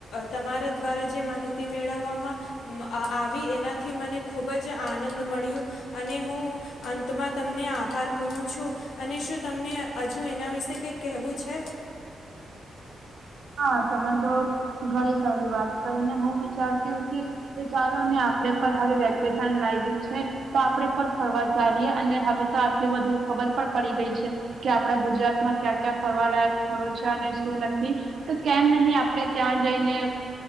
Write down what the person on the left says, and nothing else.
તમારા દ્વારા જે માહિતી મેળવવામાં આવી એનાથી મને ખુબ જ આનંદ મળ્યો અને હું અંતમાં તમને આભાર કહું છું અને શું તમને હજુ એના વિશે કઈ કહેવું છે?